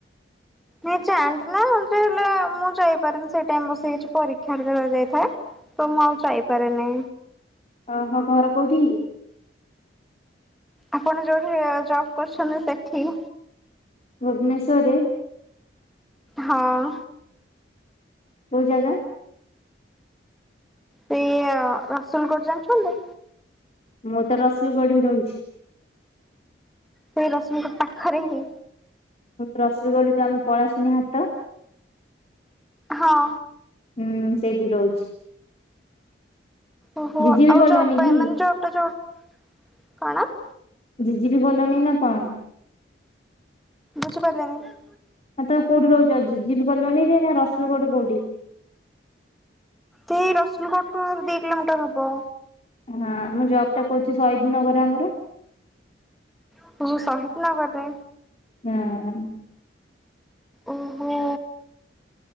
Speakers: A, in the centre; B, on the left.
A: ନାଇଁ ଯାଆନ୍ତି ନା ହେଲେ ମୁଁ ଯାଇପାରେନି ସେ ଟାଇମ୍ କୁ ସେ ଯୋଉ କିଛି ପରୀକ୍ଷା କରାଯାଇଥାଏ। ତ ମୁଁ ଆଉ ଯାଇପାରେନି।
B: ଅହ ଘର କୋଉଠିକି?
A: ଆପଣ ଯୋଉଠି ଜବ୍ କରୁଛନ୍ତି ସେଠି।
B: ଭୁବନେଶ୍ୱରରେ?
A: ହଁ।
B: କୋଉ ଜାଗା?
A: ସେଇୟା ରସୁଲଗଡ ଜାଣିଛନ୍ତି?
B: ମୁଁ ତ ରସୁଲଗଡ଼ରେ ରେ ରହୁଛି।
A: ସେଇ ରସୁଲଗଡ଼ ପାଖରେ ହିଁ।
B: ରସୁଲଗଡ଼ ଯୋଉ ଆମ ପଳାଶୁନି ହାଟ
A: ହଁ।
B: ହୁଁ ସେଇଠି ରୋହୁଛି।
A: ଓହୋ
B: ଜିଜି ବି
A: ଆଉ
B: କଲୋନୀ
A: ଜବ ପାଇଁ
B: କି
A: ମାନେ ଜବ ଟା ଯୋଉ କଣ?
B: ଜିଜିବି ଗଲଣି ନା କଣ?
A: ବୁଝି ପାରିଲିନି।
B: ଆ, ତୋମେ କୋଉଠି ରୋହୁଚ ଯିବ୍ ଯିବ୍ କଲୋନି ରେ ନା ରସୁଲଗଡ଼ କୋଉଟି?
A: ସେଇ ରସଲଗଡ଼ ଠୁ ଦି କିଲୋମିଟର ହବ।
B: ହଁ ମୁଁ ଜବ୍ ଟା କରୁଛି ଶହିଦ୍ ନଗରରେ ଆମର।
A: <unintelligible> ସହିଦ ନଗରରେ?
B: ହଁ।
A: ଓହୋ!